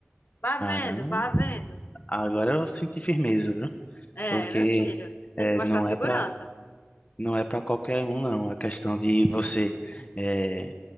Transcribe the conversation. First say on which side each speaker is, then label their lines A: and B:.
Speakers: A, on the left; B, on the left.
A: Vá
B: Arão,
A: vendo, vá vendo.
B: agora eu senti firmeza, viu?
A: É,
B: Porque
A: meu filho, tem
B: é,
A: que mostrar
B: não
A: segurança.
B: é para não é para qualquer um, não. A questão de você é,